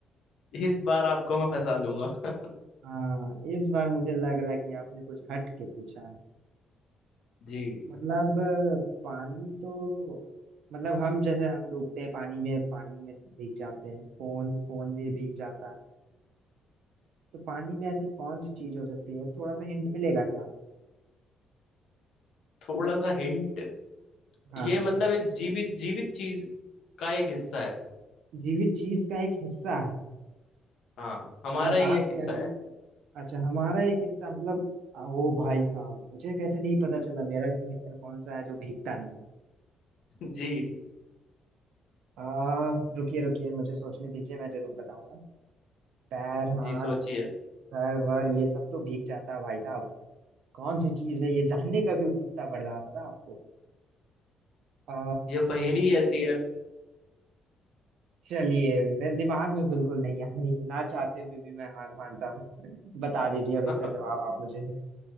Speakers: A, on the left; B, on the right.
A: इस बार आपको मैं फंसा लूंगा
B: हाँ इस बार मुझे लग रहा है कि आपने कुछ हट के पूछा है
A: जी
B: मतलब अ, पानी तो मतलब हम जैसे हम डूबते हैं पानी में पानी में भीग जाते हैं फोन फोन भी भीग जाता है तो पानी में ऐसी कौन सी चीज हो सकती है थोड़ा सा हिंट मिलेगा क्या
A: थोड़ा सा हिंट
B: हाँ
A: ये
B: हाँ
A: मतलब एक जीवित जीवित चीज का एक हिस्सा है
B: जीवित चीज का एक हिस्सा है
A: हाँ हमारा
B: मतलब
A: ही
B: आप
A: एक हिस्सा
B: कह रहे हैं
A: है
B: कि अच्छा हमारा एक हिस्सा मतलब ओ भाई साहब मुझे कैसे नहीं पता चला मेरा हिस्सा कौन सा है जो भीगता नहीं है
A: <laughs> जी
B: आ, रुकिए रुकिए मुझे सोचने दीजिए मैं जरूर बताऊंगा पैर हाथ
A: जी सोचिए
B: सर वर ये सब तो भीग जाता है भाई साहब कौन सी चीज है ये जानने का भी उत्सुकता बढ़ रहा है पता है आपको आ,
A: ये पहेली ऐसी है
B: चलिए मेरे दिमाग में बिल्कुल नहीं आ रही ना चाहते हुए भी मैं हार मानता हूँ <laughs> बता दीजिए
A: <laughs>
B: अब इसका जवाब आप मुझे